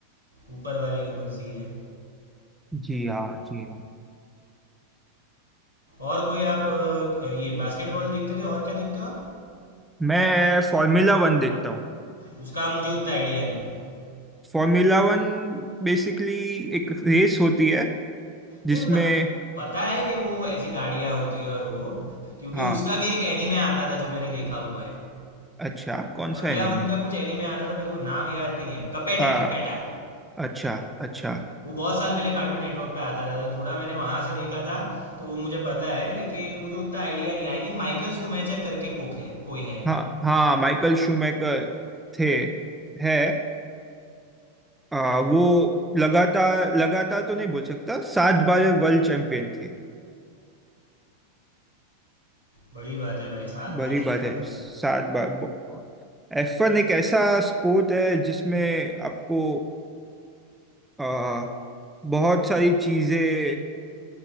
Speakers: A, on the right (about 90°); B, in the centre.
A: ऊपर वाले की मर्जी है
B: जी हाँ जी हाँ
A: और कोई आप अ, ये बास्केटबॉल देखते थे और क्या देखते हो आप
B: मैं फॉर्मूला वन देखता हूँ
A: उसका मुझे उतना आइडिया नहीं है
B: फॉर्मूला वन बेसिकली एक रेस होती है जिसमें
A: नहीं मतलब पता है कि वो ऐसी गाड़ियाँ होती है और वो क्योंकि
B: हाँ
A: उसका भी एक एनीमे आता था जो मैंने देखा हुआ है
B: अच्छा कौन
A: फॉर्मूला
B: सा एनिमे
A: वन का कुछ एनीमे आता था मेरे को नाम याद नहीं है कपेटा
B: आ
A: कपेटा
B: अच्छा अच्छा
A: वो बहुत साल पहले कार्टून नेटवर्क पे आता था तो थोड़ा मैंने वहां से देखा था तो वो मुझे पता है लेकिन मुझे उतना आइडिया नहीं आई थिंक माइकल स्कूमेचर करके कोक है कोई है
B: हाँ हाँ माइकल शूमेकर थे है आ, वो लगातार लगातार तो नहीं बोल सकता सात बार वे वर्ल्ड चैंपियन थे
A: बड़ी बात है भाई सात
B: बड़ी
A: बार जीतना
B: बात है
A: मतलब
B: सात बार एफ वन एक ऐसा स्पोर्ट है जिसमें आपको आ, बहुत सारी चीजें